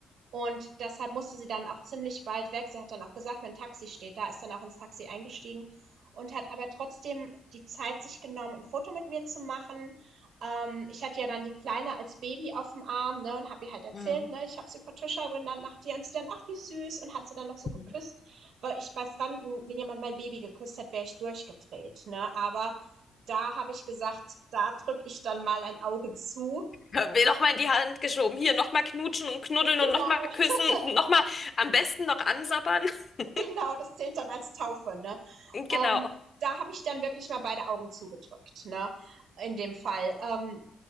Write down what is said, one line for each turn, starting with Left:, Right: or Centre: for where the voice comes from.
Right: Und deshalb musste sie dann auch ziemlich bald weg. Sie hat dann auch gesagt: „Mein Taxi steht da“, ist dann auch ins Taxi eingestiegen und hat aber trotzdem die Zeit sich genommen, ein Foto mit mir zu machen ähm, ich hatte ja dann die Kleine als Baby auf dem Arm, ne, und habe ihr halt erzählt,
Left: Mhm.
Right: ne, ich habe sie Patricia genannt nach dir und sie dann, ach wie süß, und hat sie dann noch so geküsst,
Left: Mhm.
Right: weil ich bei Fremden, wenn jemand mein Baby geküsst hat, wäre ich durchgedreht, ne, aber da habe ich gesagt, da drücke ich dann mal ein Auge zu.
Left: mir nochmal in die Hand geschoben. Hier, nochmal knutschen und knuddeln
Right: Genau,
Left: und nochmal küssen,
Right: <laughs>
Left: nochmal am besten noch ansabbern. <laughs>
Right: genau, das zählt dann als Taufe, ne.
Left: Genau.
Right: Ähm, da habe ich dann wirklich mal beide Augen zugedrückt, ne, in dem Fall. Ähm,